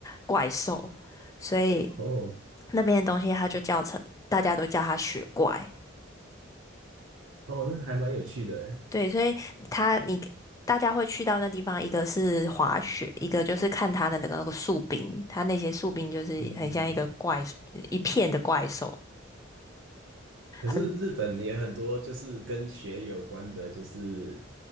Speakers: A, on the left; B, on the right.
A: 怪兽，所以
B: 哦
A: 那边的东西它就叫成大家都叫它雪怪。
B: 哦，那还蛮有趣的哎。
A: 对，所以他你大家会去到那地方，一个是滑雪，一个就是看他的那个那个树冰，他那些树冰就是很像一个怪一片的怪兽，
B: 嗯，可是日本也很多，
A: 很
B: 就是跟雪有关的，就是